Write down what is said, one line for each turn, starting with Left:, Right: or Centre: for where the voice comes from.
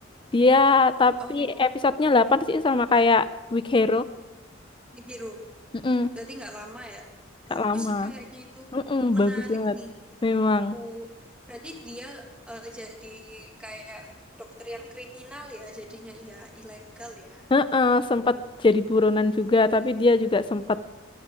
Left: Dia tapi
Centre: Oh,
Left: episodenya 8 sih sama kayak Weak Hero.
Centre: Big Hero.
Left: Mm-mm.
Centre: Berarti nggak lama ya?
Left: Gak
Centre: Bagus
Left: lama.
Centre: sih kayaknya itu.
Left: Mm-mm, <laughs>
Centre: Menarik
Left: bagus banget.
Centre: nih.
Left: Memang.
Centre: Aku berarti dia eh, jadi kayak dokter yang kriminal ya jadinya iya ilegal ya.
Left: Heeh, sempat jadi buronan juga, tapi dia juga sempat